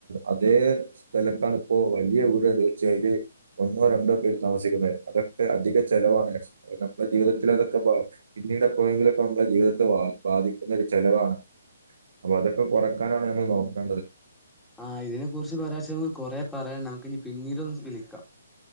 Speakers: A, on the right; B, in the centre.
A: അതേ സ്ഥലത്താണ ഇപ്പോ വലിയ വീട് ച ഒന്നോ രണ്ടോ പേര് താമസിക്കുന്നത് അതൊക്കെ അധിക ചെലവാണ് നമ്മ ജീവിതത്തിൽ അതൊക്കെ പിന്നീട് പോയെങ്കിലൊക്കെ നമ്മളെ ജീവിതത്തെ ബാധിക്കുന്നൊ ഒരു ചെിലവാണ് അതൊക്കെ കുറക്കാനാണ് നമ്മൾ നോക്കേണ്ടത്
B: ആഹ് ഇതിനെ കുുറിച്ച് പറയാച്ച നമുക്ക് കൊറെ പറയണം നമുക്ക് ഇ പിന്നീട്ൊന്ന് വിളിക്കാം